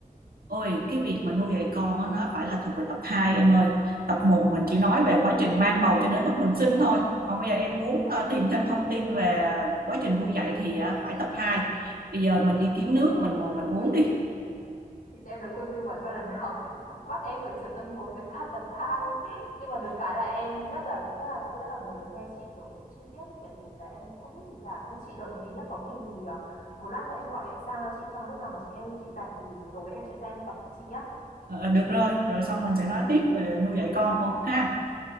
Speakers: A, on the right; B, on the left.
A: Ôi cái việc mà nuôi dạy con á, nó phải là thuộc về tập 2 em ơi tập một mình chỉ nói về quá trình mang bầu cho đến lúc mình sinh thôi còn bây giờ em muốn ờ,
B: <laughs>
A: tìm thêm thông tin về quá trình nuôi dạy thì ờ, phải
B: chị
A: tập 2. bây giờ mình
B: chị
A: đi kiếm
B: chị
A: nước
B: cho em
A: mình ngồi
B: lời
A: mình uống
B: khuyên
A: đi
B: chị cho em lời khuyên tư vấn và lần nào cũng bắt em phải sửa tập một với cả tập 2. <laughs> nhưng mà được cái là em rất là rất là rất là muốn được nghe chị kiểu chi tiết ý, tại vì là em không biết gì cả nhưng chị đợi một tí nhé có gì thì ờ, một lát nữa em gọi điện sang cho chị xong lúc nào mà chị em chị rảnh thì buổi tối em sẽ sang em gặp chị nhé
A: Ờ, được rồi rồi xong mình sẽ nói tiếp về nuôi dạy con ô ha